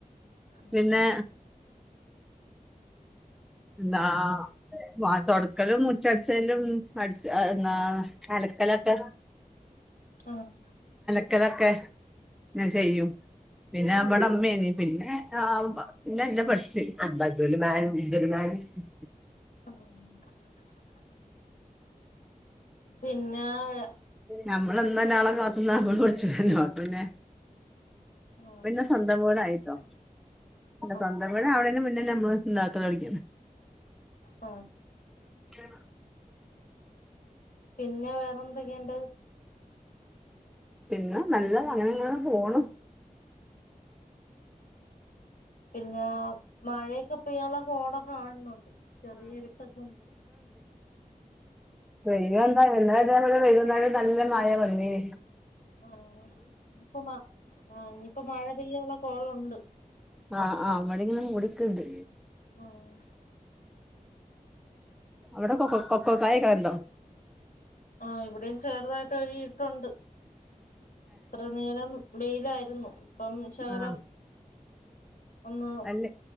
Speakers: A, on the left; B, in the centre.
A: ആഹ്
B: പിന്നെ ന്നാ വ തൊടക്കലും മുറ്റടിച്ചാലും അടിച്ച എന്നാ അലക്കലൊക്കെ
A: ആഹ്
B: ക്കലൊക്കെ ന്നെ ചെയ്യും. പിന്നാ മ്മള് അമ്മയിനി പിന്നെ പിന്നെല്ലാം പഠിച്ച് <unintelligible> <unintelligible>
A: ആഹ് പിൻ ന്നാ <unintelligible>
B: നമ്മളെ എന്നല്ലാണ കാണാൻ കാത്തുനിന്നാ അപ്പം പുളിച്ചു <unintelligible> അപ്പ പിന്നെ
A: ആഹ്
B: പിന്നെ സ്വന്തം പോലായീട്ടോ.
A: ആഹ്
B: സ്വന്തം വീടാവാണെന് മുന്നേല്ലാം, ബസിന്നാത് കേറീരിക്കും
A: ആ
B: <inaudible>
A: പിന്നെ വേറെ എന്തൊക്കെയണ്ട്
B: പിന്നെ നല്ല അങ്ങനെങ്ങെ പോണ്
A: പിന്നെ മഴയൊക്കെ ഇപ്പൊ പെയ്യനോക്കെയുള്ള കോടക്കെ കാണുന്നുണ്ട് ചെറിയ ഇരിട്ടൊക്കെണ്ട്
B: വെയിൽവന്നാൽ അ വൈകുന്നേരം നല്ല മഴ വന്നിനി
A: ആ ഇനിപ്പ ആ് ഇനിയിപ്പോ മഴ പെയ്യാനുള്ള കൊളുണ്ട് <unintelligible>
B: ആഹ് ആ് ഇവിടിങ്ങനെ മൂടിക്ക്ണ്ട്
A: ആഹ്
B: അവിടെ കൊ കൊക്കക്കായക്ക ണ്ടോ
A: ആഹ ഇവിടെയും ചെറുതായിട്ട് ഒരു ഇട്ടുണ്ട് എത്ര നേരം വെയിലായിരുന്നു ഇപ്പം ശകലം
B: ആഹ
A: ഒന്ന്
B: അല്ല